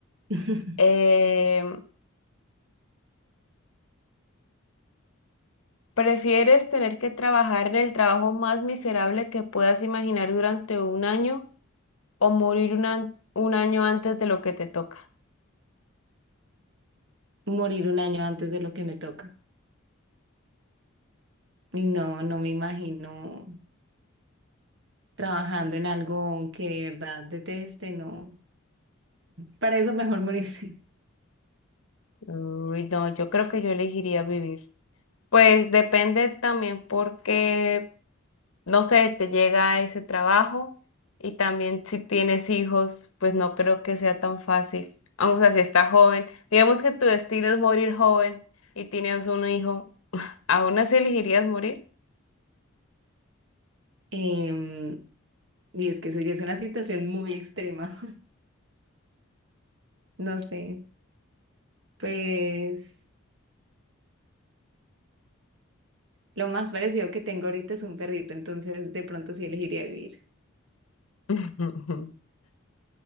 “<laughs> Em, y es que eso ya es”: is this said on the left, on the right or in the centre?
Right